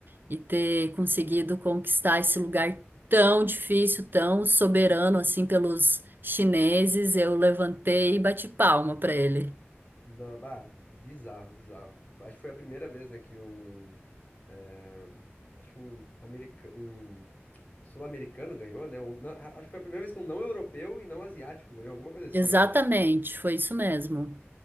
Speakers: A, on the right; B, on the left.
A: e ter conseguido conquistar esse lugar tão difícil, tão soberano assim pelos chineses, eu levantei e bati palma para ele.
B: na, ah, bizarro, bizarro. Acho que foi a primeira vez, né, que um, eh, acho que um americano, Sul-americano ganhou, né? Ou não- a- acho que foi a primeira vez que um não europeu e não asiático ganhou, alguma coisa assim,
A: Exatamente,
B: eu acho.
A: foi isso mesmo.